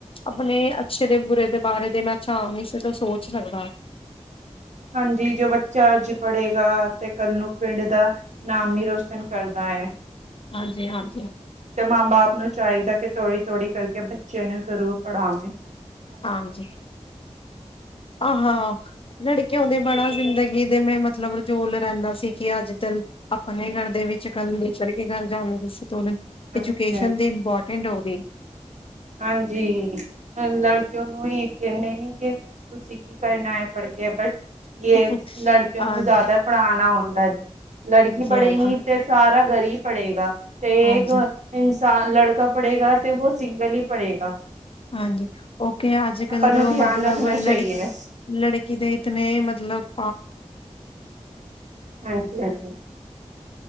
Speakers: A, on the left; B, on the right.
A: ਅਪਨੇ ਕਿੱਛੇ ਦੇ ਬੁਰੇ ਦੇ ਬਾਰੇ ਦੇ ਮੈਂ ਚਾਨ ਨਹੀਂ ਸਕਤਾ ਸੋਚ ਸਕਦਾ।
B: ਹਂਜੀ ਜੋ ਬੱਚਾ ਅੱਜ ਪੜੇਗਾ ਤੇ ਕੱਲ ਨੂੰ ਪਿੰਡ ਦਾ--ਂ ਨਾਮ ਈ ਰੋਸ਼ਨ ਕਰਦਾ ਐ।
A: ਹਂਜੀ, ਹਂਜੀ।
B: ਤੇ ਮਾਂ ਬਾਪ ਨੂੰ ਚੈਦਾ ਕਿ ਤੋੜੀ-ਤੋੜੀ ਕਰਕੇ ਬੱਚੇਆਂ ਨੂੰ ਜ਼ਰੂਰ ਪੜਾਵੋ।
A: ਹਂਜੀ, ਆਹੋੋ ਲੜਕਿਔ ਦੇ ਬੜਾ ਜ਼ਿੰਦਗੀ ਜਿਦੇ ਮੈਂ ਮਤਲਬ ਜੋੜ ਲੜਾਂਦਾ ਸੀ, ਕਿ ਅੱਜ-ਕੱਲ ਅਪਨੇ
B: ਹਾਂਜੀ।
A: ਘਰ ਦੇ ਵਿੱਚ ਜੇ ਕੱਲ ਨੂੰ ਦੁਸਰੇ ਕੇ ਘਰ ਜੈਂਦੇ ਐਜੂਕੇਸ਼ਨ
B: ਸੀ ਹਾਂਜੀ-ਹਾਂਜੀ।
A: ਦੀ ਇੰਪੋਰਟੈਂਟ ਹੋੰਦੀ।
B: ਹਂਜੀ, ਹੁਨਲੜਿਕਕਿਔ ਨੂੰ ਈ ਕੈਂਦੇ ਨੀ ਕਿ ਤੁਸੀਂ ਕੀ ਕਰਨਾ ਐ ਫੜਕੇ ਬਟ
A: ਹਾਂਜੀ,
B: ਯ ਲੜਕਿਔ
A: ਹਾਂਜੀ,
B: ਕੋ ਜੈਦਾ ਪੜਾਨਾ ਹੋਤਾ ਹੈ ਨੀ ਲੜਕੀ ਪੜੇਗੀ
A: ਹਾਂਜੀ,
B: ਤੇ ਸਾਰਾ ਘਰ ਈ ਪੜੇਗਾ ਤੇ
A: ਹਾਂਜੀ,
B: ਇਨਸਾਨ ਲੜਕਾ ਪੜ੍ਹੇਗਾ, ਤੇ ਵੋ ਸਿੰਗਲ ਹੀ ਪੜ੍ਹੇਗਾ।
A: ਹਾਂਜੀ, ਓਕੇ ਅੱਜ-ਕੱਲ ਦੇ
B: ਨੂੰ
A: ਉਹ
B: ਧਿਆਨ
A: ਮਤਲਬ
B: ਰੱਖਣਾ
A: ਲੜਕ-
B: ਚਾਹੀਏ।
A: ਲੜਕੀ ਦੇ ਇਤਨੇ ਮਤਲਬ <unintelligible>
B: ਹਾਂਜੀ ਹਾਂਜੀ